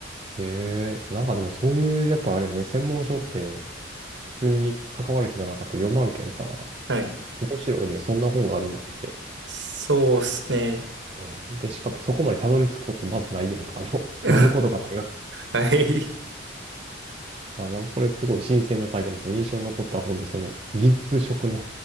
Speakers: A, on the right; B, on the right.
A: へえ、なんかでもそういう、やっぱあれよね、専門書って、普通に関わる人がなかった4万件さ、
B: はい。
A: 面白いね、そんな本があるんだって。
B: そうっすね。
A: うんで、しかもそこまでたどり着くことまずないやんか。あの、<laughs> 読むことがないわけ。
B: <laughs> はい。
A: あ、なんかこれすごい新鮮な体験です。その印象に残った本で、その技術職の